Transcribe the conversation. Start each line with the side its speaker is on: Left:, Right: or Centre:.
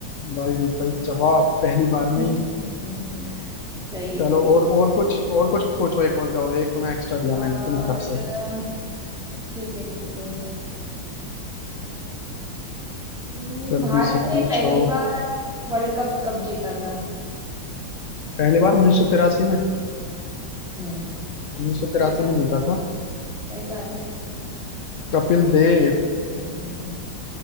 Left: भाई सही जवाब पहली बार
Centre: <laughs>
Left: में ही
Centre: सही है
Left: चलो
Centre: सही है
Left: और और कुछ और कुछ पूछो एक और जाओ एक तो मैं एक्स्ट्रा दिया मैंने
Centre: और
Left: अपनी तरफ से
Centre: अ, ठीक है ठीक है हम्म,
Left: जल्दी
Centre: भारत
Left: से
Centre: ने
Left: पूछो
Centre: पहली बार वर्ल्ड कप कब जीता था
Left: पहली बार उन्नीस सौ तिरासी में
Centre: हम्म
Left: उन्नीस सौ तिरासी
Centre: सही बात
Left: में जीता
Centre: है
Left: था
Centre: सही बात है
Left: कपिल देव
Centre: <laughs>